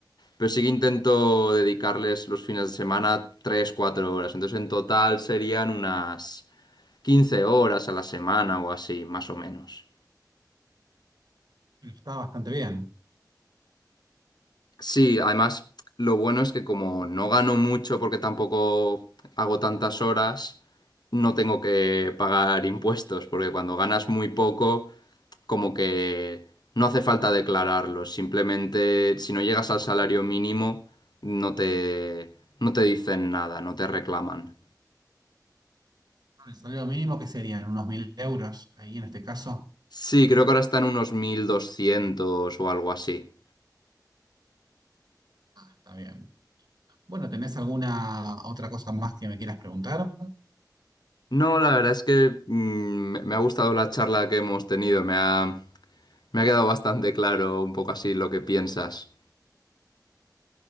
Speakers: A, on the left; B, on the right.
A: pero sí que intento dedicarles los fines de semana tres, cuatro horas, entonces en total serían unas 15 horas a la semana o así, más o menos.
B: Bueno, Está bastante bien.
A: Sí, además lo bueno es que como no gano mucho porque tampoco hago tantas horas, no tengo que pagar impuestos, porque cuando ganas muy poco, como que no hace falta declararlo, simplemente si no llegas al salario mínimo, no te, no te dicen nada, no te reclaman.
B: El salario mínimo que serían unos mil euros, ahí en este caso,
A: Sí, creo que ahora están unos 1.200 o algo así.
B: está bien. Bueno, ¿tenés alguna otra cosa más que me quieras preguntar?
A: No, la verdad es que mm, me me ha gustado la charla que hemos tenido, me ha, me ha quedado bastante claro un poco así lo que piensas.